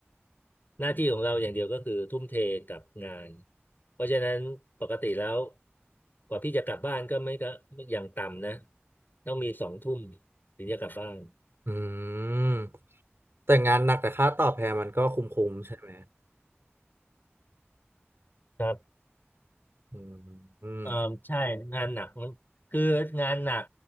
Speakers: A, on the left; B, on the right.
A: หน้าที่ของเราอย่างเดียวก็คือทุ่มเทกับงานเพราะฉะนั้นปกติแล้วกว่าพี่จะกลับบ้านก็ไม่ก็อย่างต่ำนะต้องมีสองทุ่มถึงจะกลับบ้าน
B: อืมแต่งานหนักแต่ค่าตอบแทนมันก็คุ้มๆใช่ไหม
A: ครับ
B: อืมอืม
A: เออใช่งานหนักมันคืองานหนัก